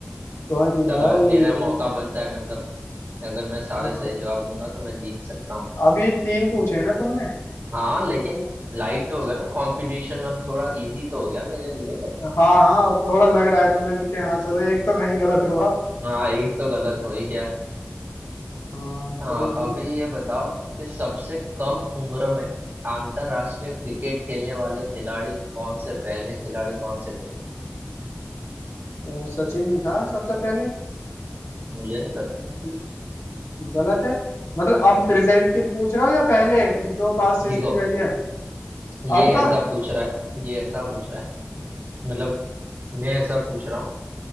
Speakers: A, on the left; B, on the right.
A: कोई नहीं भाई
B: चलो अब मेरा मौका
A: अभी
B: बनता है मतलब अगर मैं सारे
A: हाँ,
B: सही जवाब दूंगा तो मैं जीत सकता हूँ
A: अभी तीन पूछे हैं ना तुमने
B: हाँ लेकिन लाइट तो हो गया ना कंपटीशन अब थोड़ा इजी तो हो गया मेरे लिए
A: हाँ हाँ अब थोड़ा लग रहा है तुम्हें भी कि हाँ चलो एक तो कहीं गलत हुआ
B: <laughs> हाँ एक तो गलत हो ही गया
A: हाँ
B: हाँ
A: कोई नहीं
B: अभी ये बताओ कि सबसे कम उम्र में अंतरराष्ट्रीय क्रिकेट खेलने वाले खिलाड़ी कौन से पहले खिलाड़ी कौन से थे
A: तो सचिन ही था सबसे पहले
B: मुझे नहीं पता
A: मतलब गलत है मतलब अब प्रेजेंट की पूछ रहे हो या पहले जो पास्ट
B: देखो
A: हिस्ट्री रही है
B: ये
A: अब का
B: ऐसा पूछ रहा है ये ऐसा पूछ रहा है मतलब मैं ऐसा पूछ रहा हूँ